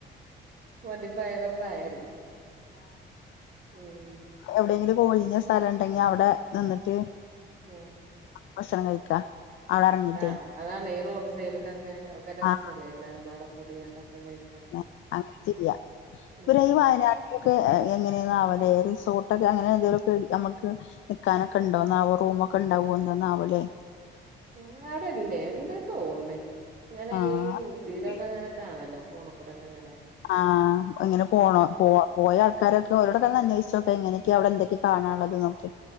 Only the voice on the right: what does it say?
മണ്ടിപ്പായണെ പ്രായല്ലേ ഉം
ഉം
ആഹ് അതാണ് ഈ റോഡ് സൈഡിലൊക്കെ ഒക്കെ രസല്ലേ
എല്ലാരും പാട കൂടിയാണ്ടൊക്കെ കഴി
ഉം
ആ ആടെല്ലേ ണ്ട് തോണ് ഞാന്
ഈ തിലൊക്കെങ്ങനെ കാണല്ലോ ഫോൺ കൂടൊക്കെ ങ്ങനെ